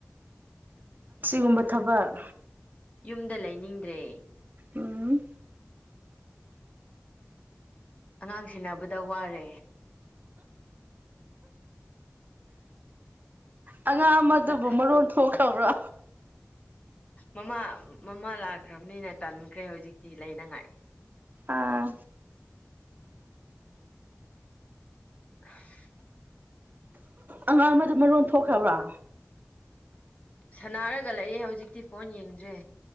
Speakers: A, on the right; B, on the left.
A: ꯒꯨꯝꯕ ꯊꯕꯛ
B: ꯌꯨꯝꯗ ꯂꯩꯅꯤꯡꯗ꯭ꯔꯦ
A: ꯎꯝ
B: ꯑꯉꯥꯡ ꯁꯤꯅꯕꯗ ꯋꯥꯔꯦ
A: ꯑꯉꯥꯡ ꯑꯃꯗꯨꯕꯨ
B: ꯍꯣꯏ
A: ꯃꯔꯣꯟ ꯊꯣꯛꯈ꯭ꯔꯕ꯭ꯔꯣ
B: ꯃꯃꯥ ꯃꯃꯥ ꯂꯥꯛꯈ꯭ꯔꯕꯅꯤꯅ ꯇꯟꯈ꯭ꯔꯦ ꯍꯧꯖꯤꯛꯇꯤ ꯂꯩꯅꯉꯥꯏ
A: ꯑꯥ
B: <unintelligible>
A: ꯑꯉꯥꯡ ꯑꯃꯗꯣ ꯃꯔꯣꯟ ꯊꯣꯛꯈ꯭ꯔꯕ꯭ꯔꯥ
B: ꯁꯅꯥꯔꯒ ꯂꯑꯦ ꯍꯧꯖꯤꯛꯇꯤ ꯐꯣꯟ ꯌꯦꯡꯗ꯭ꯔꯦ